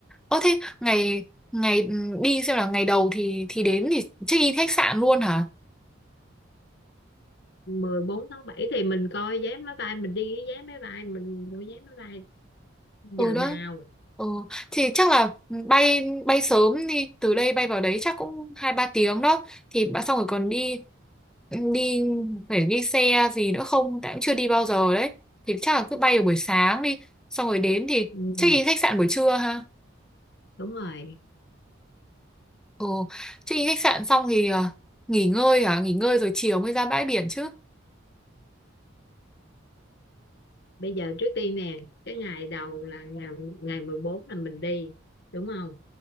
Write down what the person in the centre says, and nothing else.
ơ thế ngày ngày ừ, đi xem là ngày đầu thì thì đến thì check in khách sạn luôn hả
ừ đó
ừ thì chắc là bay bay sớm đi từ đây bay vào đấy chắc cũng hai ba tiếng đó thì bạn- xong rồi còn đi ừ, đi phải đi xe gì nữa không tại cũng chưa đi bao giờ đấy thì chắc là cứ bay vào buổi sáng đi xong rồi đến thì
check in khách sạn buổi trưa ha
Ừ, check-in khách sạn xong thì ờ, nghỉ ngơi hả? Nghỉ ngơi rồi chiều mới ra bãi biển chứ.